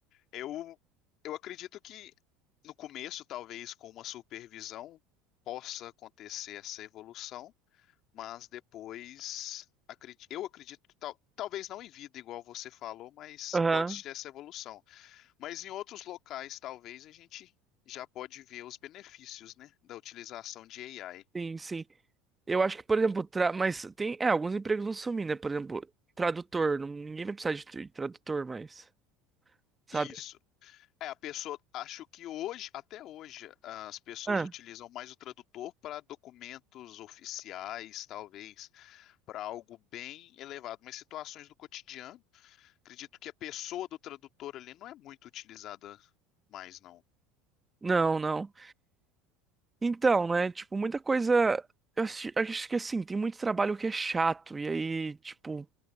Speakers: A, on the left; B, on the right.
A: eu eu acredito que no começo, talvez com uma supervisão, possa acontecer essa evolução mas depois acredi- eu acredito, tal- talvez não em vida, igual você falou, mas
B: Aham.
A: pode ter essa evolução. Mas em outros locais, talvez a gente já pode ver os benefícios, né, da utilização de AI.
B: Sim, sim. Eu acho que, por exemplo, tra... mas tem, é, alguns empregos vão sumir, né? Por exemplo, tradutor, não- ninguém vai precisar de tr- tradutor mais, sabe?
A: Isso. É, a pessoa, acho que hoje, até hoje, as pessoas
B: Ah,
A: utilizam mais o tradutor para documentos oficiais, talvez, para algo bem elevado, mas situações do cotidiano, acredito que a pessoa do tradutor ali não é muito utilizada mais, não.
B: não, não. Então, né, tipo, muita coisa, eu acho, acho que assim, tem muito trabalho que é chato, e aí, tipo,